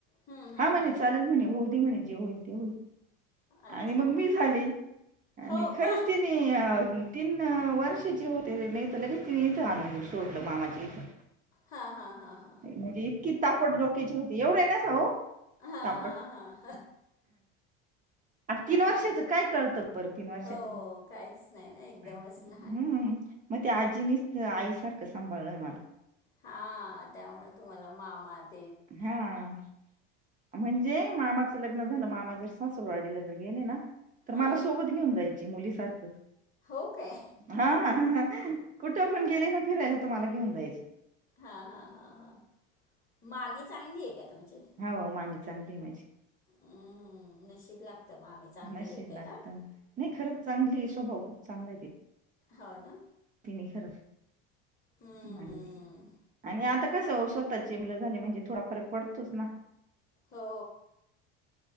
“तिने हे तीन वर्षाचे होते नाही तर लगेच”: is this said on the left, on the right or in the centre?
Right